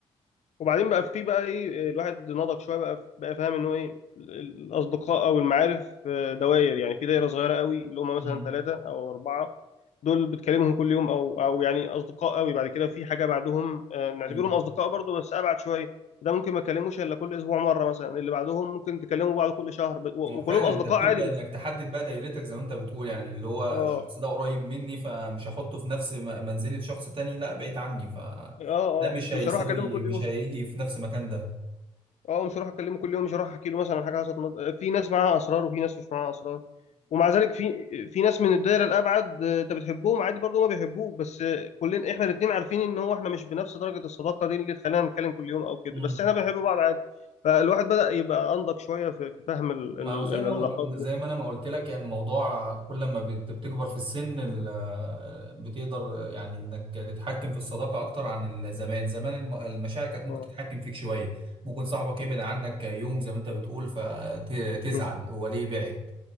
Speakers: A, on the left; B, on the right.
A: وبعدين بقى في بقى ايه الواحد نضج شويه بقى بقى فاهم ان هو ايه الاصدقاء او المعارف آه، دوائر يعني في دايره صغيره قوي اللي هم مثلا
B: مم.
A: ثلاثه او اربعه دول بتكلمهم كل يوم او او يعني اصدقاء قوي بعد كده في حاجه بعدهم آه، نعتبرهم
B: مم.
A: اصدقاء برضو بس ابعد شويه ده ممكن ما تكلموش الا كل اسبوع مره مثلا اللي بعدهم ممكن تكلموا بعض كل شهر ب- و-
B: هو فعلا
A: وكلهم اصدقاء
B: انت بتبدأ
A: عادي بس
B: انك تحدد بقى دايرتك زي ما انت بتقول يعني اللي هو
A: اه
B: الشخص ده قريب مني فمش هحطه في نفس م- منزلة شخص تاني لا بعيد عني فده
A: اه اه
B: مش هيساوي
A: مش هروح اكلمه كل
B: مش
A: يوم
B: هيجي في نفس مكان ده
A: اه مش هروح اكلمه كل يوم مش هروح احكي له مثلا حاجه حصلت مض- في ناس معاها اسرار وفي ناس مش معاها اسرار ومع ذلك في في ناس من الدايره الابعد آه، انت بتحبهم عادي برضه ما بيحبوك بس آه، كلنا احنا الاثنين عارفين ان هو احنا مش بنفس درجه الصداقه دي اللي تخلينا نتكلم كل يوم او كده
B: امم
A: بس احنا بنحب بعض عادي فالواحد بدا يبقى انضج شويه في في فهم ال-
B: ما
A: ال-
B: هو
A: ال-
B: زي
A: العلاقات
B: ما ما-
A: وال-
B: زي ما انا ما قلت لك يعني الموضوع كل ما بت- بتكبر في السن ال- بتقدر يعني انك تتحكم في الصداقه اكتر عن ال- زمان زمان الم- المشاعر كانت ممكن
A: اه.
B: تتحكم فيك شويه ممكن صاحبك يبعد عنك يوم زي ما انت بتقول فتزعل
A: مم.
B: هو ليه بعد